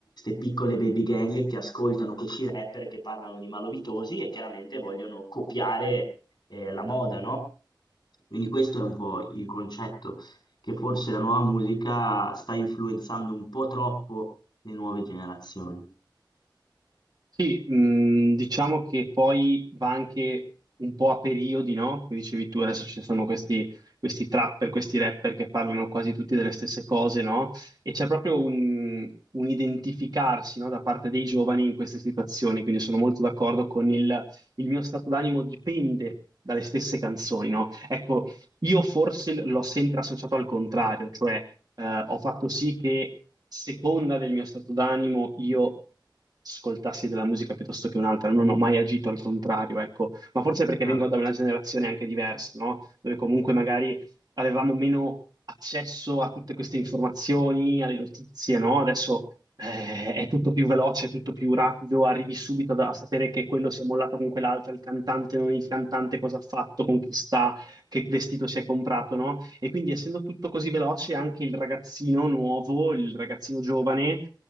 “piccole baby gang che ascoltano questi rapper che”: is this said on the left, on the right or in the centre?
Left